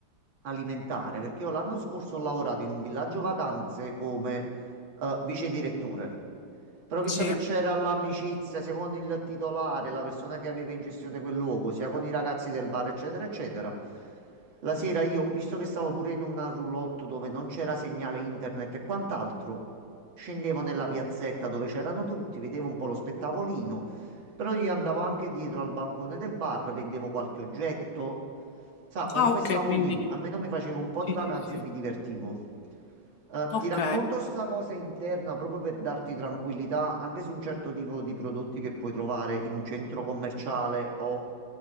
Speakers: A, on the right; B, on the left.
A: alimentare, perché io l'anno scorso ho lavorato in un villaggio vacanze come eh, vice direttore. Però visto
B: Sì.
A: che c'era l'amicizia sia con il titolare, la persona che aveva in gestione quel luogo, sia con i ragazzi del bar, eccetera, eccetera, la sera io, visto che stavo pure in una roulotte dove non c'era segnale internet e quant'altro, scendevo nella piazzetta dove c'erano tutti, vedevo un po' lo spettacolino. Però io andavo anche dietro al bancone del bar, vendevo qualche oggetto. Sa, comunque
B: Ah, ok,
A: stavo
B: quindi...
A: lì, almeno mi facevo un po'
B: Sì,
A: di vacanze
B: sì, sì.
A: e mi divertivo. Eh,
B: Ok,
A: ti racconto sta cosa interna proprio per darti tranquillità anche su un certo tipo di prodotti che puoi trovare in un centro commerciale o